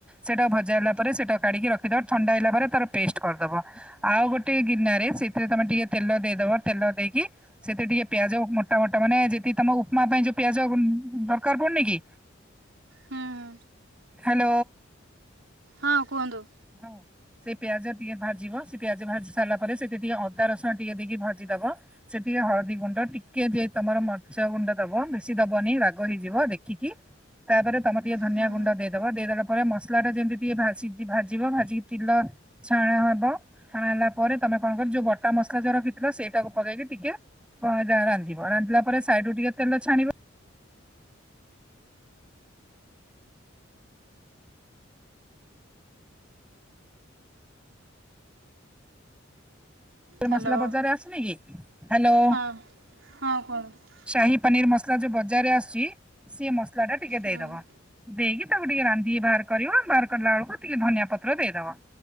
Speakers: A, in the centre; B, on the right.
A: ସେଇଟା ଭଜା ହେଲା ପରେ ସେଇଟା କାଢିକି ରଖିଦବା ଥଣ୍ଡା ହେଇଲା ପରେ ତାର ପେଷ୍ଟ କରିଦବା। ଆଉ ଗୋଟେ ଗିନାରେ ସେଥିରେ ତମେ ଟିକେ ତେଲ ଦେଇଦବ ତେଲ ଦେଇକି ସେତେ ଟିକେ ପିଆଜ ମୋଟା ମୋଟା ମାନେ ଯେଦି ତମକୁ ମା ପାଇଁ ଯୋଉ ପିଆଜ ଦରକାର ପଡୁନି କି
B: ହୁଁ
A: ହାଲ
B: ହଁ କୁହନ୍ତୁ।
A: ହଁ। ସେ ପିଆଜ ଟିକେ ଭାଜିବ ସେ ପିଆଜ ଭାଜି ସାରିଲା ପରେ ସେଠି ଟିକେ ଅଦା ରସୁଣ ଟିକେ ଦେଇକି ଭାଜି ଦବ ସେତିରେ ହଳଦୀ ଗୁଣ୍ଡ ଟିକେ ଯେ ତମର ମର୍ଚ ଗୁଣ୍ଡ ଦବ ବେଶୀ ଦବନି ରାଗ ହେଇଯିବ ଦେଖିକି। ତାପରେ ତମର ଟିକେ ଧନିଆ
B: ହୁଁ
A: ଗୁଣ୍ଡ ଦେଇଦବ ଦେଇଦେଲା ପରେ ମସଲା ଟା ଯେମିତି ଟିକେ ଭାସିଛି ଭା ଜିବ ଭାଜିକି ତିିଲ ଛାଣା ହବ ଛାଣା ହେଲା ପରେ ତମେ କଣ କର ଯୋଉ ବଟା ମସଲା ଯୋଉ ରଖିଥିଲ ସେଇଟା କୁ ପକେଇକି ଟିକେ କ ଯା ରାନ୍ଧିବ ରାନ୍ଧିଲା ପରେ ସାଇଡୁରୁ ଟିକେ ତେଲ ଛାଣିବ ସେ
B: ହ୍ୟାଲୋ
A: ମସଲା ବଜାରରେ ଆସୁନ କି ହ୍ୟାଲୋ
B: ହଁ ହଁ କୁହନ୍ତୁ
A: ସାହି ପନିର ମସଲା ଯୋଉ ବଜାରରେ ଆସିୁଛି ସିଏ ମସଲା ଟା ଟିକେ
B: ହୁଁ
A: ଦେଇଦବା। ଦେଇକି ତାକୁ ଟିକେ ରାନ୍ଧିକି ବାହାର କରିବ ବାହାର କଲା ବେଳକୁ ଟିକେ ଧନିଆ ପତ୍ର ଦେଇଦବ।